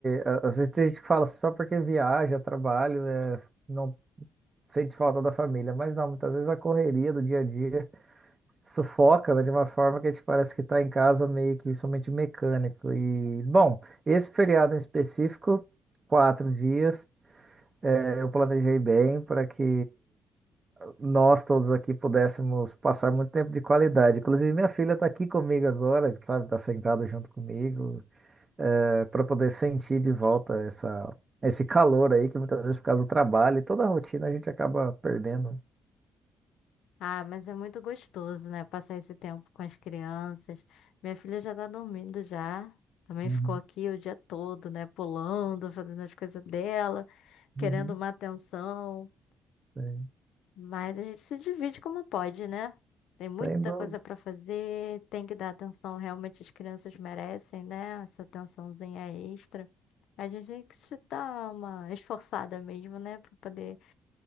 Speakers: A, on the right; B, on the left.
A: a- Às vezes tem gente que fala assim, só porque viaja, trabalho, é... não sente falta da família, mas não, muitas vezes a correria do dia a dia sufoca, né, de uma forma que a gente parece que está em casa meio que somente mecânico. E, bom, esse feriado em específico, quatro dias, eh, eu planejei bem para que nós todos aqui pudéssemos passar muito tempo de qualidade. Inclusive, minha filha está aqui comigo agora, sabe, está sentada junto comigo, para poder sentir de volta essa. Esse calor aí, que muitas vezes por causa do trabalho e toda a rotina a gente acaba perdendo.
B: Ah, mas é muito gostoso, né, passar esse tempo com as crianças. Minha filha já tá dormindo já. Também
A: Uhum,
B: ficou aqui o dia todo, né, pulando, fazendo as coisas dela, querendo
A: uhum.
B: uma atenção.
A: Sim.
B: Mas a gente se divide como pode, né? Tem muita
A: Tendo,
B: coisa para fazer, tem que dar atenção, realmente as crianças merecem, né? Essa atençãozinha extra. A gente tem que se dar uma esforçada mesmo, né? Para poder